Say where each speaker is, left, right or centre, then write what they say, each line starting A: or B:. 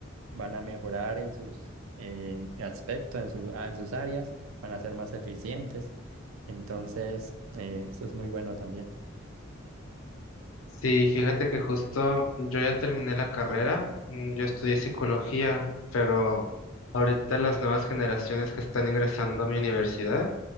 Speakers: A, on the right; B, on the left.
A: van a mejorar en sus eh, aspectos, en su, ah, en sus áreas, van a ser más eficientes. Entonces, eh, eso es muy bueno también.
B: Sí, fíjate que justo yo ya terminé la carrera, mm, yo estudié psicología, pero ahorita las nuevas generaciones que están ingresando a mi universidad